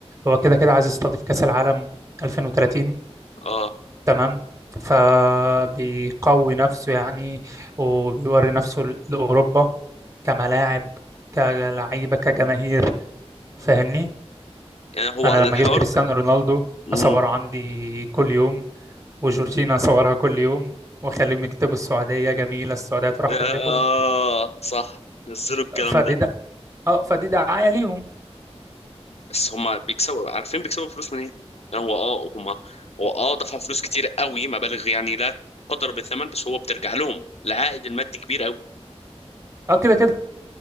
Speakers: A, on the right; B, on the left.
A: هو كده كده عايز يستضيف كأس العالم 2030
B: اه
A: تمام فبيقوي نفسه يعني وبيوري نفسه ل- لأوروبا كملاعب كلعيبة كجماهير فاهمني
B: يعني هو
A: انا
B: الحوار
A: لما جبت كريستيانو
B: ده
A: رونالدو
B: امم
A: اصوره عندي كل يوم وجورجينا اصورها كل يوم واخليهم يكتبوا السعودية جميلة السعودية ترحب
B: اه
A: بكم
B: صح نزلوا الكلام
A: فدي
B: ده
A: د... اه فدي دعاية ليهم
B: بس هما بيكسبوا عارفين بيكسبوا فلوس من ايه يعني هو اه هما هو اه دفع فلوس كتير قوي مبالغ يعني لا تقدر بثمن بس هو بترجع لهم العائد المادي كبير قوي
A: اه كده كده